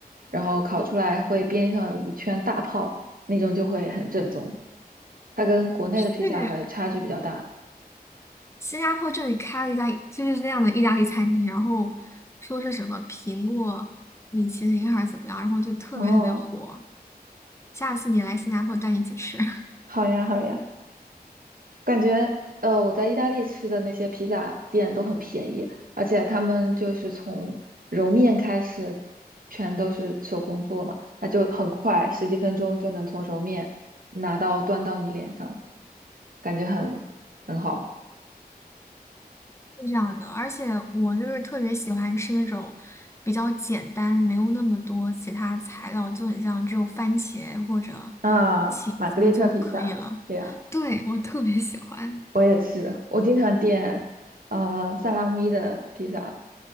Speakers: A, on the right (about 60°); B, on the left (about 15°).
A: 然后烤出来会边上有一圈大泡，那种就会很正宗。它跟国内的披萨还差距比较大。
B: 去新加坡这里开了一家就是那样的意大利餐厅，然后说是什么苹果米其林还是怎么样，然后就特别特别火。
A: 哦，
B: 下次你来新加坡，带你一起吃。<laughs>
A: 好呀，好呀。感觉呃，我在意大利吃的那些披萨店都很便宜，而且他们就是从揉面开始，全都是手工做嘛，它就很快，十几分钟就能从揉面拿到端到你脸上，感觉很很好
B: 是这样的，而且我就是特别喜欢吃那种比较简单，没有那么多其他材料，就很像只有番茄或者
A: 啊。
B: 起司就可以了。
A: 玛格丽特披萨，这样
B: 对，我特别喜欢
A: 我也是，我经常点呃萨拉米的披萨，